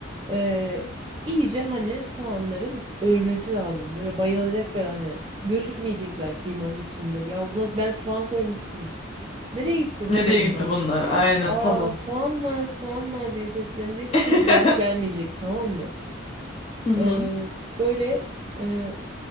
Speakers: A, on the right; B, on the left.
A: E, iyice hani soğanların ölmesi lazım. Böyle bayılacaklar hani. Gözükmeyecekler kıymanın içinde. Ya buna ben soğan koymuştum. Nereye gitti
B: Nereye
A: bu soğanlar?
B: gitti bunlar? Aynen
A: Aa
B: tamam.
A: soğanlar soğanlar diye sesleneceksin
B: <laughs>
A: cevap gelmeyecek tamam mı?
B: Hı hı.
A: Ee, böyle e,